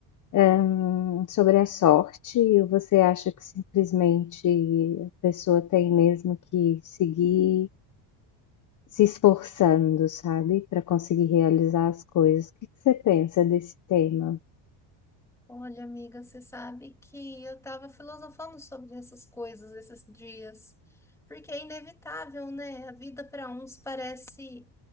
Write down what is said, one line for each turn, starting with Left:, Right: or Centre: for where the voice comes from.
Left: hum, sobre a sorte ou você acha que simplesmente a pessoa tem mesmo que seguir se esforçando, sabe, para conseguir realizar as coisas? O que que você pensa desse tema?
Centre: Olha, amiga, você sabe que eu tava filosofando sobre essas coisas esses dias, porque é inevitável, né? A vida para uns parece